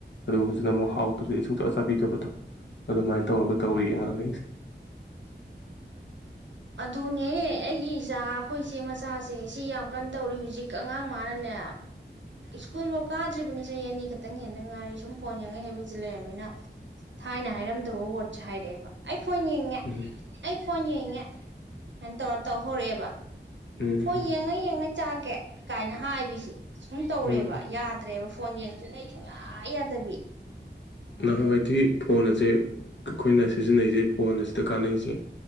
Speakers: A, on the left (about 80°); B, on the right (about 80°).
A: ꯑꯗꯨꯒ ꯍꯧꯖꯤꯛꯅ ꯑꯃꯨꯛ
B: ꯎꯝ
A: ꯍꯥꯎꯇꯕꯗꯤ ꯏ ꯁꯨꯡꯆꯣ ꯆꯥꯕꯤꯗꯕꯗꯣ ꯑꯗꯨꯥꯏ ꯇꯧꯔꯒ ꯇꯧꯔꯤ
B: ꯎꯝ
A: ꯑꯉꯥꯡꯁꯤꯡꯁꯦ
B: ꯑꯗꯨꯅꯦ ꯑꯩꯒꯤ ꯏꯆꯥ ꯑꯩꯈꯣꯏꯁꯦ ꯃꯆꯥꯁꯦ ꯁꯤ ꯌꯥꯝ ꯀꯟꯅ ꯇꯧꯔꯤ ꯍꯧꯖꯤꯛ ꯑꯉꯥꯡ ꯃꯥꯅꯅꯦ ꯁ꯭ꯀꯨꯜꯐꯥꯎ ꯀꯥꯗ꯭ꯔꯤꯕꯅꯤ ꯆꯍꯤ ꯑꯅꯤ ꯈꯛꯇꯪ ꯍꯦꯟꯅ ꯉꯥꯏꯔꯤ ꯁꯨꯝ ꯐꯣꯟ ꯌꯦꯡꯉꯛ ꯍꯥꯏꯕꯕꯁꯤ ꯂꯩꯔꯃꯤꯅ ꯊꯥꯏꯅ ꯍꯥꯏꯔꯝꯗꯕ ꯋꯥꯔꯗꯁꯦ ꯍꯥꯏꯔꯛꯑꯦꯕ ꯑꯩ ꯐꯣꯟ ꯌꯦꯡꯉꯦ
A: ꯎꯝ
B: ꯑꯩ ꯐꯣꯟ ꯌꯦꯡꯉꯦ ꯍꯥꯏꯅ ꯇꯧꯔ ꯇꯧ ꯍꯧꯔꯛꯑꯦꯕ
A: ꯎꯝ
B: ꯑꯣ ꯌꯦꯡꯉ ꯌꯦꯡꯉ ꯆꯒꯦ ꯀꯥꯏꯅ ꯍꯥꯏꯕꯤꯁꯦ ꯁꯨꯝ ꯇꯧꯔꯦꯕ
A: ꯎꯝ
B: ꯌꯥꯗ꯭ꯔꯦꯕ ꯐꯣꯟ ꯌꯦꯡꯗ꯭ꯔꯤꯉ ꯑꯩ ꯁꯨꯡꯌꯥ ꯌꯥꯗꯕꯤ
A: ꯅꯍꯥꯟꯋꯥꯏꯗꯤ ꯐꯣꯟ ꯑꯁꯦ ꯑꯩꯈꯣꯏꯅ ꯁꯤꯖꯤꯟꯅꯩꯁꯦ ꯐꯣꯟ ꯑꯁꯤꯗ ꯀꯥꯟꯅꯩꯁꯦ